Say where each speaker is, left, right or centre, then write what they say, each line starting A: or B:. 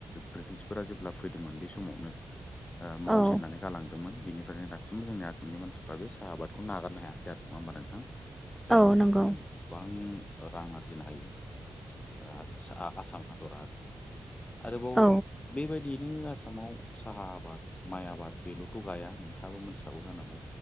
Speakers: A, on the left (about 35°); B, in the centre.
A: ब्रिटिसफोरा जेब्ला फैदोंमोन बे समावनो मावजेननानै
B: औ
A: गालांदोंमोन बेनिफ्रायनो दासिमबो जोंनि आसामनि मानसिफ्रा बे साहा आबादखौ नागारनो हायाखै आरो नंङा होमबा नोंथां। जायनि
B: औ नंगौ
A: गेजेरजों गोबां रां आरजिनो हायो ओ <unintelligible> आसाम हादरा आरो। आरोबाव
B: औ
A: बेबायदियैनो आसामाव साहा आबाद माइ आबाद बेल'थ' गाया नोंथांङाबो मोनथिखागौ जानांगौ।